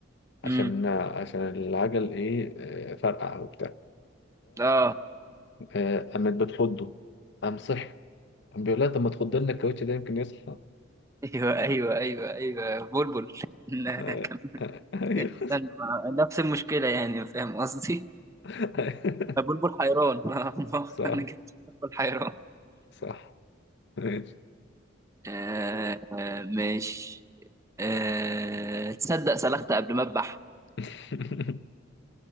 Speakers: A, on the left (about 65°); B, on the right (about 15°).
A: عشان
B: امم
A: عشان العجل إيه آه، فرقع وبتاع
B: آه
A: فقامت بتحضه قام صحي الحمد لله طب ما تخض لنا الكاوتش ده يمكن يصحى
B: أيوه أيوه أيوه أيوه بلبل <laughs>
A: آه، آه، آه، ايوه
B: كانت استنى نفس المشكلة يعني فاهم قصدي؟
A: <laughs>
B: فبلبل حيران <laughs>
A: صح
B: أنا كده بلبل حيران
A: صح ماشي
B: آه آه ماشي آه تصدق سلخت قبل ما أذبح
A: <laughs>